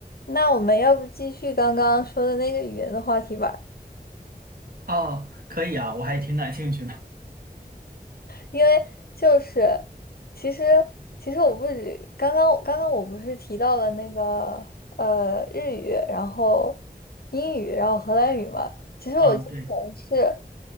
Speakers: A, on the left; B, on the right.
A: 那我们要不继续刚刚说的那个语言的话题吧，
B: 哦，可以啊，我还挺感兴趣的。
A: 因为就是其实其实我不止刚刚刚刚我不是提到了那个呃日语，然后英语，然后荷兰语嘛。其实我之前是
B: 啊，对，